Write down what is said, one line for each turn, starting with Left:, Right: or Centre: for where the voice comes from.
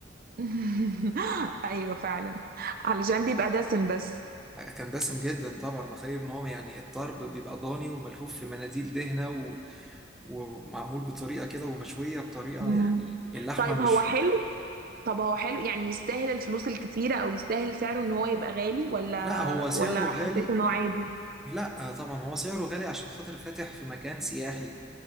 Right: <laughs> ايوه فعلا علشان بيبقى دسم بس
Centre: كان دسم جدا طبعا غير ان هو يعني الطرب بيبقى ضاني وملفوف في مناديل دهنة و... ومعمول بطريقة كده ومشوية بطريقة
Right: مم.
Centre: يعني اللحمة
Right: طيب
Centre: مش
Right: هو حلو طب هو حلو يعني يستاهل الفلوس الكتيرة او يستاهل سعره ان هو يبقى غالي ولا
Centre: لا هو سعره
Right: ولا
Centre: غالي
Right: حسيت ان هو عادي
Centre: لا طبعا هو سعره غالي عشان خاطر فاتح في مكان سياحي